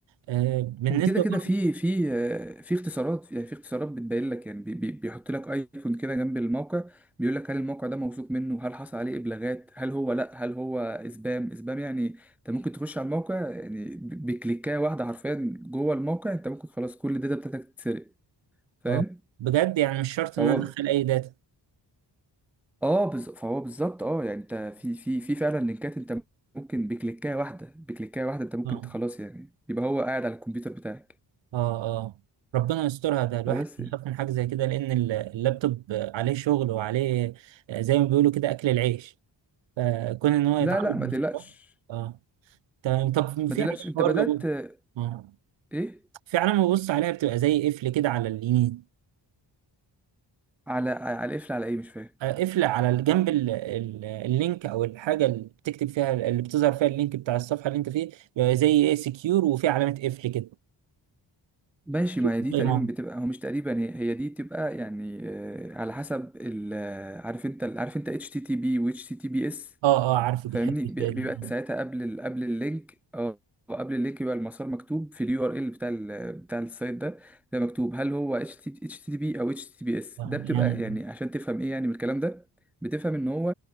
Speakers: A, on the right (about 75°); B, in the centre.
A: آه بالنسبة
B: وكده كده
A: برضه
B: في في آه، في اختصارات يعني في اختصارات بتبين لك يعني بي- بي- بيحط لك ايكون كده جنب الموقع بيقول لك هل الموقع ده موثوق منه هل حصل عليه ابلاغات هل هو لا هل هو سبام سبام يعني انت ممكن تخش على الموقع يعني ب- بكليكايه واحده حرفيا جوه الموقع انت ممكن خلاص كل الداتا بتاعتك تتسرق فاهم
A: اه بجد يعني مش شرط
B: فهو
A: ان انا ادخل اي داتا
B: اه بز... فهو بالظبط اه يعني انت في في في فعلا لينكات انت ممكن بكليكايه واحده بكليكايه واحده انت ممكن
A: اه
B: خلاص يعني يبقى هو قاعد على الكمبيوتر بتاعك
A: اه اه ربنا يسترها ده الواحد
B: فبس
A: بيخاف
B: يعني.
A: من حاجه زي كده لان ال- اللابتوب عليه شغل وعليه آه، زي ما بيقولوا كده اكل العيش فكون ان هو
B: لا
A: يتعرض
B: لا ما
A: للاختراق
B: تقلقش
A: اه تمام طب في
B: ما تقلقش
A: علامه
B: انت
A: برضه
B: بدأت
A: أبص-
B: آه،
A: اه
B: ايه
A: في علامه ببص عليها بتبقى زي قفل كده على اليمين
B: على على قفل على ايه مش فاهم
A: آه، قفل على الجنب ال- ال- اللينك او الحاجه اللي بتكتب فيها اللي بتظهر فيها اللينك بتاع الصفحه اللي انت فيه بيبقى زي ايه سكيور وفي علامه قفل كده
B: ماشي
A: شوف
B: ما هي دي
A: زي
B: تقريبا
A: ما هو.
B: بتبقى هو مش تقريبا هي, هي دي بتبقى يعني آه، على حسب ال آه، عارف انت عارف انت اتش تي تي بي واتش تي تي بي اس
A: اه اه عارفه
B: فاهمني
A: بيحب الخيل
B: بي- بيبقى ساعتها قبل ال قبل اللينك اه قبل اللينك يبقى المسار مكتوب في اليو ار ال بتاع ال بتاع السايت ده ده مكتوب هل هو اتش تي اتش تي بي او اتش تي بي اس
A: آه،
B: ده بتبقى
A: يعني
B: يعني عشان تفهم ايه يعني من الكلام ده بتفهم ان هو